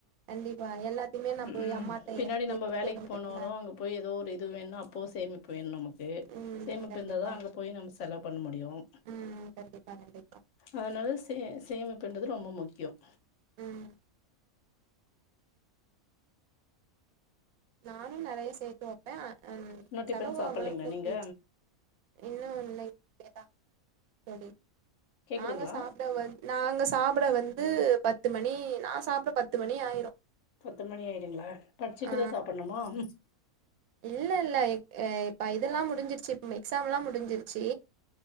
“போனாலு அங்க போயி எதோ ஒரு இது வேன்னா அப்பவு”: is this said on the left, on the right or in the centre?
Left